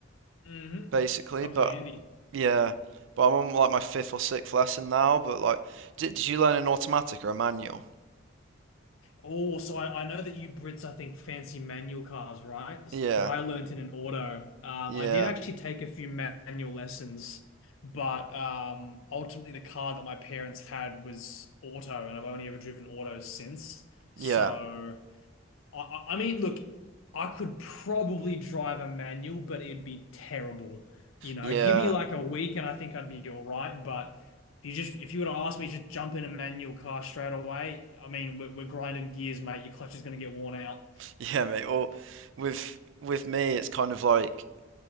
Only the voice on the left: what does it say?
hmm
Comes
in handy.
Oh, so I, I know that you Brits, I think, fancy manual cars, right?
Because I learnt in an auto. Um,
I did actually take a few manual lessons, but um, ultimately the car that my parents had was auto, and I've only ever driven auto since. So.
I, I mean, look, I could probably drive a manual, but it'd be terrible. You know,
give me like a week and I think I'd be all right. But if you just, if you were to ask me to just jump in a manual car straight away, I mean, we're, we're grinding gears, mate. Your clutch is going to get worn out.